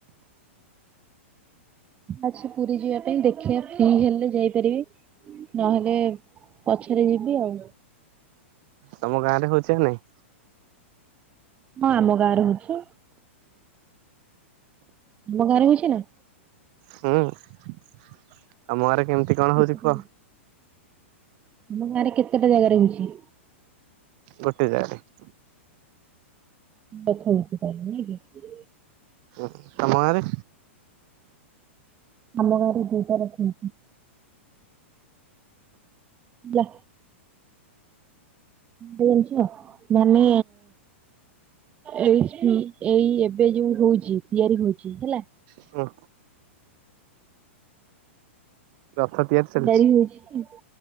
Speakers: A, on the right (about 15°); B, on the right (about 40°).
A: ଛା ଅଛି ପୁରୀ ଯିବା ପାଇଁ ଦେଖିବା ଫ୍ରି ହେଲେ ଯାଇପାରିବି। ନହେଲେ ପଛରେ ଯିବି ଆଉ।
B: ତମ ଗାଁରେ ହଉଚି ନା ନାଇଁ?
A: ହଁ ଆମ ଗାଁରେ ହଉଚି। ତମ ଗାଁ ରେ ହଉଚି ନା?
B: ହୁଁ ତମ ଗାଁ ରେ କେମିତି କଣ
A: କେତେଟା
B: ହଉଚି କୁହ?
A: ଆମ ଗାଁରେ କେତେଟା ଜାଗାରେ ହଉଚି।
B: ଗୋଟେ ଜାଗାରେ।
A: ରଖା ରଖି କରେ ନାଇକି?
B: ଉଁ ତମ ଗାଁ ରେ?
A: ଆମ ଗାଁ ରେ ଦିଇଟା ରଖଚନ୍ତି। ଲା ହଉଚି ମାନି ଏଇ ଏଇ ଏବେ ଯୋଉ ହଉଚି ତିଆରି ହଉଚି ହେଲା।
B: ହୁଁ। ରଥ ତିଆରି ଚାଲିଛି
A: ଆରି ହଉଚି